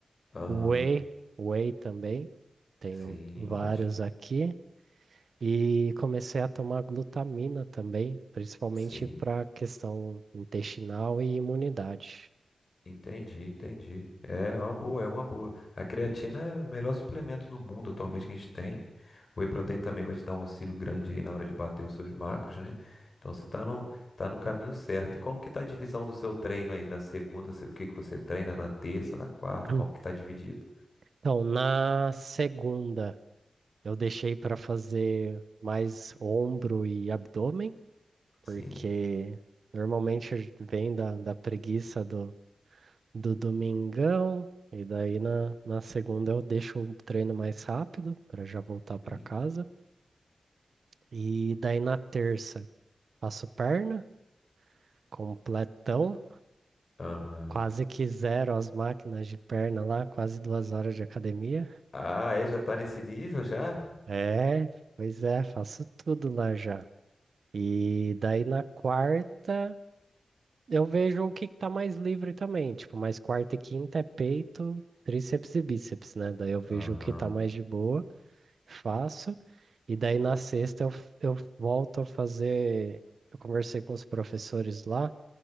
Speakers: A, on the left (about 45°); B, on the right (about 75°).
A: Aham.
B: Whey, whey também, tenho
A: Sim,
B: vários
A: ótimo.
B: aqui. E comecei a tomar glutamina também, principalmente
A: Sim.
B: para questão intestinal e imunidade.
A: Entendi, entendi. É uma boa, é uma boa. A creatina é o melhor suplemento do mundo atualmente que a gente tem. O Whey Protein também vai te dar um auxílio grande aí na hora de bater os seus macros, né? Então você tá no, tá no caminho certo. E como que tá a divisão do seu treino aí? Na segunda, se- o que que você treina? Na terça, na quarta?
B: <clears throat>
A: Como que tá dividido?
B: Então, na segunda, eu deixei para fazer mais ombro e abdômen,
A: Sim,
B: porque normalmente vem da, da preguiça do, do domingão, e daí na, na segunda eu deixo o treino mais rápido para já voltar para
A: sim.
B: casa. E daí na terça, faço perna, completão,
A: Aham.
B: Quase que zero as máquinas de perna lá, quase duas horas de academia.
A: Ah, é? Já tá nesse nível já?
B: É, pois é, faço tudo lá já. E daí na quarta eu vejo o que que tá mais livre também. Tipo, mais quarta e quinta é peito, tríceps e bíceps, né? Daí eu vejo
A: Aham.
B: o que tá mais de boa, faço. E daí na sexta eu, eu volto a fazer. Eu conversei com os professores lá,